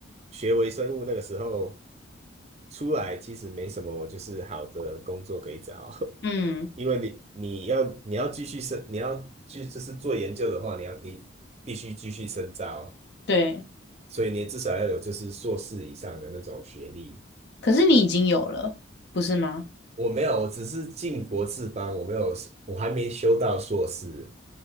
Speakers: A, on the right (about 30°); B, on the left (about 55°).
A: 学微生物那个时候。出来其实没什么就是好的工作可以找，
B: 嗯，
A: <laughs> 因为你你要你要继续深，你要继就是做研究的话，你要你必须继续深造，
B: 对。
A: 所以你至少要有就是硕士以上的那种学历。
B: 可是你已经有了，不是吗？
A: 我没有，我只是进博士班，我没有，我还没修到硕士